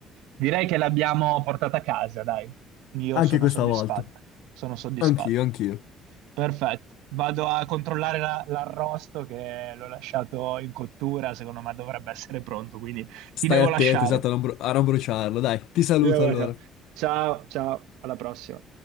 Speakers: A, on the right; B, on the left.
A: Direi che l'abbiamo portata a casa, dai. Io
B: Anche
A: sono
B: questa
A: soddisfatto,
B: volta.
A: sono soddisfatto.
B: Anch'io, anch'io.
A: Perfetto, vado a controllare la- l'arrosto che l'ho lasciato in cottura, secondo me dovrebbe essere pronto, quindi
B: Stai
A: ti devo
B: attento,
A: lasciare.
B: esatto, a non, bru- a non bruciarlo. Dai, ti saluto
A: Ti devo
B: allora.
A: lasciare. Ciao, ciao, alla prossima.